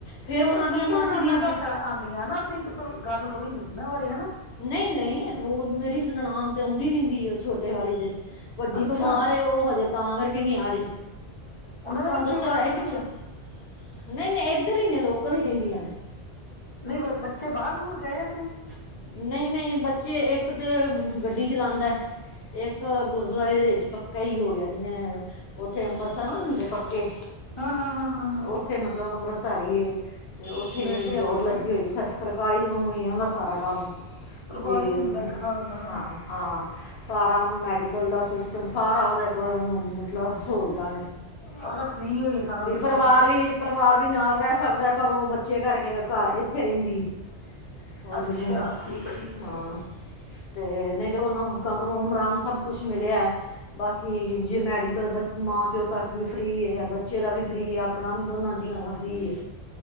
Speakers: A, on the left (about 65°); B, on the left (about 35°).
A: ਫਿਰ
B: ਤੁਹਾਡੇ
A: ਉਹਨਾਂ
B: ਸਕੀ
A: ਦੀਆਂ ਮਾਸੀ
B: ਨਨਾਨਾ
A: ਦੀਆਂ ਕੁ
B: ਘੱਟ ਆਉਂਦੀਆਂ ਹਨਾ, ਆਪਣੀ ਕਿਤੋਂ ਗੱਲ ਹੋਈ ਨੀ ਇਹਨਾਂ ਬਾਰੇ ਹਨਾ
A: ਨਹੀਂ- ਨਹੀਂ ਓ ਮੇਰੀ ਨਨਾਣ ਤੇ ਆਉਂਦੀ ਰਹਿੰਦੀ, ਉਹ ਛੋਟੇ ਵਾਲੀ ਦੇ ਵੱਡੀ
B: ਅੱਛਾ
A: ਬਿਮਾਰ, ਉਹ ਹਜੇ ਤਾਂ ਕਰਕੇ ਨਹੀਂ ਆ ਰਹੀ।
B: ਉਹਨਾਂ ਦੇ
A: ਤੁਹਾਨੂੰ
B: ਬੱਚੇ
A: ਦੱਸਿਆ
B: ਵੀ ਬਾਹਰ
A: ਹੈਗਾ
B: ਬੂਰ
A: ਸੀ ਪਿੱਛੇ,
B: ਹੀ ਆ
A: ਨਹੀਂ -ਨਹੀਂ ਇੱਧਰ ਹੀ ਨੇ ਲੋਕਲ ਹੀ ਰਹਿੰਦੀਆਂ ਨੇ।
B: ਨਹੀਂ ਬ ਬੱਚੇ ਬਾਹਰ -ਬਾਹਰ ਗਏ ਹੈ ਕਿ ਨਹੀਂ।
A: ਨਹੀਂ -ਨਹੀਂ ਬੱਚੇ ਇੱਕ ਤਾਂ ਗੱਡੀ ਚਲਾਉਂਦਾ। ਇੱਕ ਗੁਰਦੁਆਰੇ ਦੇ ਵਿੱਚ ਪੱਕਾ ਹੀ ਹੋ ਗਿਆ, ਜਿਵੇਂ ਉੱਥੇ ਅੰਮ੍ਰਿਤਸਰ ਸਬ ਨੀ
B: ਅੱਛਾ
A: ਹੁੰਦੇ ਪੱਕੇ
B: ਹਾਂ ਹਾਂ ਹਾਂ ਹਾਂ ਹਾਂ
A: ਉੱਥੇ ਮਤਲਬ ਅੰਮ੍ਰਿਤਧਾਰੀ ਏ, ਤੇ ਉੱਥੇ
B: ਬੇਟੇ
A: ਜੋਬ
B: ਆ ਦੋ
A: ਲੱਗੀ
B: ਹੈਂ
A: ਹੋਈ, ਸਰ ਸਰਕਾਰੀ ਵਾਂਗੂ ਹੁੰਦਾ ਓਹਨਾ ਦਾ ਸਾਰਾ ਕੰਮ,
B: ਸਰਕਾਰੀ
A: ਵੀ
B: ਹੁੰਦਾ ਇੱਕ ਹਿਸਾਬ ਦਾ
A: ਹਾਂ। ਹਾਂ, ਸਾਰਾ ਉਹਨੂੰ ਮੈਡੀਕਲ ਦਾ ਸਿਸਟਮ ਸਾਰਾ ਉਹਦੇ ਕੋਲ ਉਹਨੂੰ ਮਤਲਬ ਸਹੂਲਤਾਂ
B: ਸਾਰਾ ਫ੍ਰਰੀ ਹੋਈ ਸਾਰਾ
A: ਵੀ
B: ਕੁਛ
A: ਪਰਿਵਾਰ
B: ਉਹਨਾਂ ਦਾ
A: ਵੀ ਪਰਿਵਾਰ ਵੀ ਨਾਲ ਰਹਿ ਸਕਦਾ, ਪਰ ਓ ਬੱਚੇ ਕਰਕੇ ਘ ਇੱਥੇ ਰਹਿੰਦੀ। ਉਹਦੀ
B: ਅੱਛਾ
A: ਹਾਂ।
B: ਠੀਕ ਆ ਠੀਕ ਆ ਠੀਕ ਆ
A: ਅਤੇ ਨਹੀਂ ਤਾਂ ਓ ਨੂੰ ਕਮਰੂ ਉਮਰਾਮ ਸਭ ਕੁਛ ਮਿਲਿਆ। ਬਾਕੀ ਜੇ ਮੈਡੀਕਲ, ਮਾਂ ਪਿਓ ਤੱਕ ਵੀ ਫ੍ਰੀ ਹੈ ਆ ਬੱਚੇ ਦਾ ਵੀ ਫ੍ਰੀ ਆ ਆਪਣਾ ਵੀ ਦੋਨਾ ਜੀਆ ਦਾ ਫਰੀ ਏ।